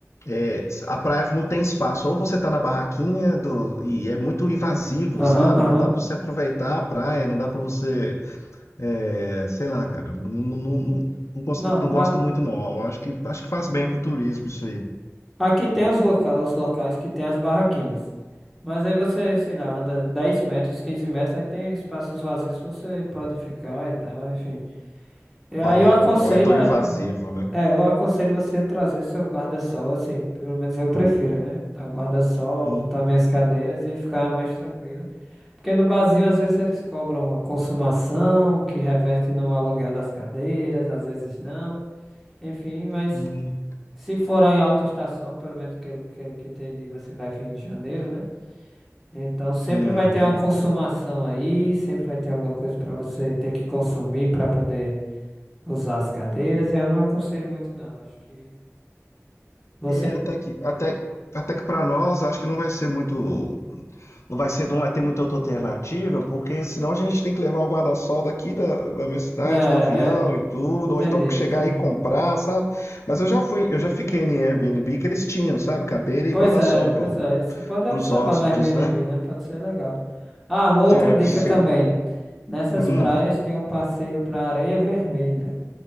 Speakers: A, on the left; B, in the centre.
A: é, a praia não tem espaço. Ou você tá na barraquinha do- e é muito invasivo,
B: Aham,
A: sabe?
B: aham.
A: Não dá pra você aproveitar a praia, não dá pra você, é, sei lá, cara. Não, não, não- não- não gosto,
B: Não,
A: não gosto muito não. Eu acho que acho que faz bem pro turismo isso aí.
B: Aqui tem os locais, os locais que tem as barraquinhas. Mas aí você, sei lá, anda 10 metros, 15 metros, aí tem espaços vazios que você pode ficar e tal, enfim. E aí
A: Ah,
B: eu aconselho,
A: não é tão
B: é,
A: invasivo, né?
B: é, eu aconselho você trazer seu guarda-sol, assim, pelo menos eu prefiro, né? Tá o guarda-sol,
A: Hum,
B: botar minhas cadeiras e ficar mais tranquila. Porque no barzinho, às vezes, eles cobram a consumação, que reverte no aluguel das cadeiras, às vezes não. Enfim, mas
A: hum,
B: se for em alta estação, pelo menos pelo, pelo que entendi, você vai vir em janeiro, né? Então sempre
A: uhum.
B: vai ter uma consumação aí, sempre vai ter alguma coisa para você ter que consumir para poder usar as cadeiras. Eu não aconselho muito, não. Acho que você.
A: É, até que, até, até que para nós, acho que não vai ser muito, não vai ser, não vai ter muita outra alternativa, porque senão a gente tem que levar o guarda-sol daqui da, da minha cidade,
B: Né,
A: no avião
B: é,
A: e tudo,
B: entendi,
A: ou então chegar
B: entendi.
A: e comprar, sabe? Mas eu já fui, eu já fiquei em Airbnb que eles tinham, sabe? Cadeira e
B: Pois
A: guarda-sol
B: é, pois
A: pro,
B: é. Isso pode
A: pros
B: observar
A: hóspedes,
B: no Airbnb,
A: né?
B: né? Pode ser legal. Ah, uma outra
A: É,
B: dica
A: porque,
B: também. Nessas
A: hum,
B: praias tem um passeio para Areia Vermelha,